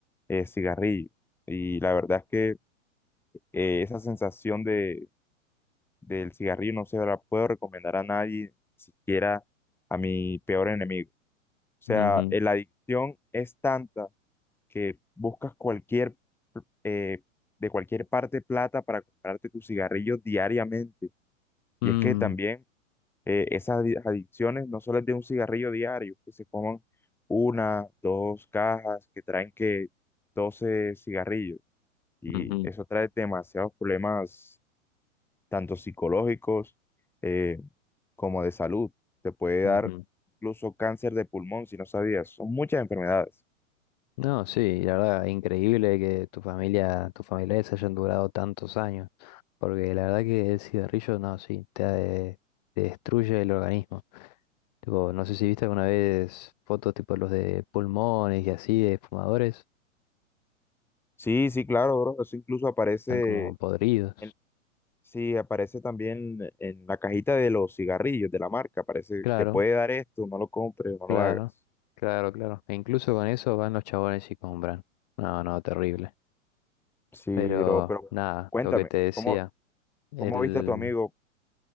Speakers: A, in the centre; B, on the left (about 30°).
A: eh, cigarrillo. Y la verdad es que eh, esa sensación de del cigarrillo no se la puedo recomendar a nadie, ni siquiera a mi peor enemigo. O sea,
B: ujú,
A: eh, la adicción es tanta que buscas cualquier, eh, de cualquier parte plata para comprarte tus cigarrillos diariamente.
B: mm,
A: Y es que también eh, esas adi- adicciones no solo es de un cigarrillo diario, que se coman una, dos cajas que traen que 12 cigarrillos. Y
B: ujú,
A: eso trae demasiados problemas tanto psicológicos eh, como de salud. Te puede
B: ujú.
A: dar incluso cáncer de pulmón, si no sabías. Son muchas enfermedades.
B: No, sí, la verdad, increíble que tu familia, tus familiares hayan durado tantos años, porque la verdad que el cigarrillo, no, sí, te, de- te destruye el organismo. Tipo, no sé si viste alguna vez fotos tipo los de pulmones y así de fumadores.
A: Sí, sí, claro, bro. Eso incluso aparece,
B: Están como podridos.
A: en, sí, aparece también en la cajita de los cigarrillos de la marca. Aparece,
B: Claro,
A: te puede dar esto, no lo compres, no
B: claro,
A: lo hagas.
B: claro, claro. E incluso con eso van los chabones y compran. No, no, terrible.
A: Sí,
B: Pero
A: bro, pero
B: nada,
A: cuéntame,
B: lo que te decía,
A: ¿cómo,
B: el,
A: cómo viste a tu amigo?